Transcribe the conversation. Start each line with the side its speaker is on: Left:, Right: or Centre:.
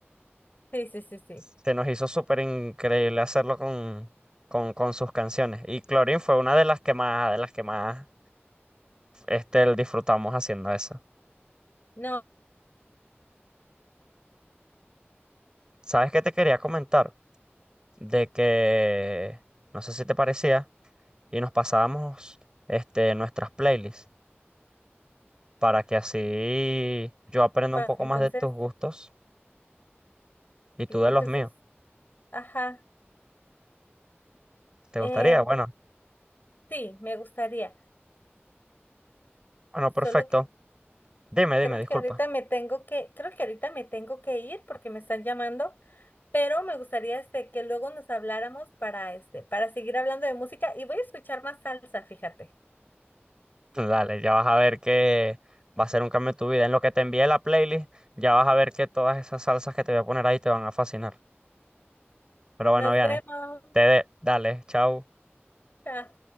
Left: Sí, sí, sí, sí.
Right: Se nos hizo súper increíble hacerlo con, con, con sus canciones. Y Clorin fue una de las que más, de las que más este, disfrutamos haciendo eso.
Left: No,
Right: ¿Sabes qué te quería comentar? De que, no sé si te parecía, y nos pasábamos este, nuestras playlists. para que así yo aprenda
Left: ma-
Right: un poco
Left: entonces,
Right: más de tus gustos y tú
Left: sí,
Right: de
Left: entonces,
Right: los míos.
Left: ajá.
Right: ¿Te
Left: eh,
Right: gustaría? Bueno,
Left: sí, me gustaría.
Right: bueno, perfecto.
Left: Solo que
Right: Dime, dime,
Left: Creo
Right: disculpa.
Left: que ahorita me tengo que, creo que ahorita me tengo que ir porque me están llamando, pero me gustaría este que luego nos habláramos para este, para seguir hablando de música y voy a escuchar más salsa, fíjate.
Right: <laughs> Dale, ya vas a ver que va a ser un cambio en tu vida. En lo que te envíe la playlist, ya vas a ver que todas esas salsas que te voy a poner ahí te van a fascinar. Pero bueno,
Left: Nos
Right: Viane,
Left: vemos.
Right: te de, dale, chao.
Left: Chao.